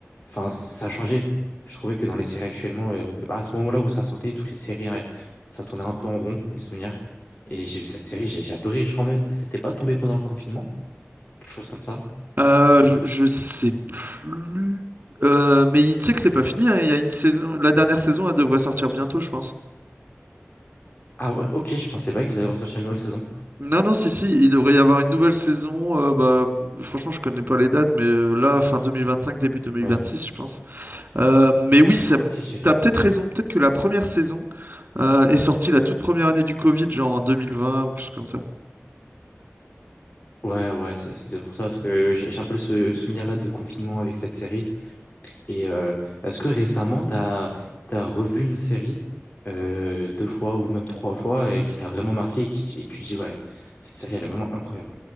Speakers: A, on the left (about 40°); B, on the right (about 40°).
A: Enfin, ça a changé. Je trouvais que dans les séries actuellement, euh, à ce moment-là où ça sortait, toutes les séries, euh, ça tournait un peu en rond, mes souvenirs. Et j'ai vu cette série, j'ai j'ai adoré. Je crois même, c'était pas tombé pendant le confinement, quelque chose comme ça,
B: Euh,
A: mes souvenirs.
B: je je sais plus. Euh, mais il- tu sais que c'est pas fini, hein, Il y a une saison. La dernière saison, elle devrait sortir bientôt, je pense.
A: Ah ouais, ok, je pensais pas qu'ils allaient ressortir une nouvelle saison.
B: Non, non, si, si, il devrait y avoir une nouvelle saison. euh, bah, franchement, je connais pas les dates, mais euh, là, fin 2025, début 2026,
A: Ouais,
B: je pense. Euh, mais oui, ça,
A: ok, je l'ai.
B: t'as peut-être raison. Peut-être que la première saison euh, est sortie la toute première année du Covid, genre en 2020 ou quelque chose comme ça.
A: Ouais, ouais, c'est c'est peut-être pour ça, parce que j'ai j'ai un peu ce souvenir-là de confinement avec cette série. Et euh, est-ce que récemment, t'as, t'as revu une série euh, deux fois ou même trois fois et qui t'a vraiment marqué et, qui, et tu dis, ouais, cette série, elle est vraiment incroyable.